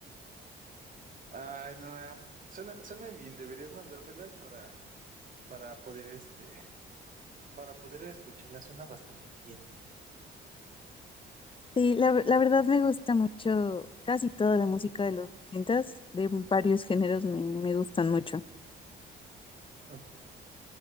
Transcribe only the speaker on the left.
Sí, la, ver- la verdad me gusta mucho casi toda la música de los ochentas, de varios géneros me, me gustan mucho.